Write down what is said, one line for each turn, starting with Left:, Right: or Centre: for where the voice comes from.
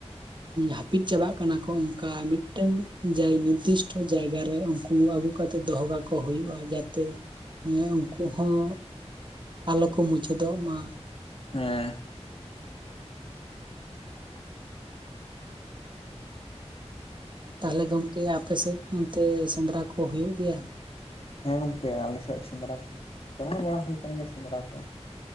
Right: ᱦᱟᱹᱯᱤᱫ ᱪᱟᱵᱟᱜ ᱠᱟᱱᱟ ᱠᱚ ᱚᱝᱠᱟ ᱢᱤᱫᱴᱟᱹᱝ ᱡᱟᱭ ᱱᱤᱨᱫᱤᱥᱴᱚ ᱡᱟᱭᱜᱟ ᱨᱮ ᱩᱱᱠᱩᱼᱼ ᱩᱢ ᱟᱹᱜᱩ ᱠᱟᱛᱮ ᱫᱚᱦᱚ ᱠᱟᱠᱚ ᱦᱩᱭᱩᱜᱼᱼ ᱟ ᱡᱟᱛᱮ ᱩᱱᱠᱩ ᱦᱚᱸ ᱟᱞᱚ ᱠᱚ ᱢᱩᱪᱟᱹᱫᱚᱜ-ᱢᱟ,
Left: ᱦᱮᱸ
Right: ᱛᱟᱦᱮ ᱜᱚᱝᱠᱮ ᱟᱯᱮᱥᱮᱫ ᱚᱱᱛᱮ ᱥᱮᱸᱫᱽᱨᱟ ᱠᱚ ᱦᱩᱭᱩᱜ ᱜᱮᱭᱟ?
Left: ᱦᱮᱸ ᱜᱚᱝᱠᱮ ᱟᱞᱮᱥᱮᱫ ᱥᱮᱸᱫᱽᱨᱟ ᱠᱚ ᱜᱮ ᱪᱟᱞᱟᱣ ᱵᱟᱲᱟ ᱦᱩᱭ ᱠᱟᱱ ᱜᱮᱭᱟ ᱥᱮᱸᱫᱽᱨᱟ ᱠᱚᱼᱼ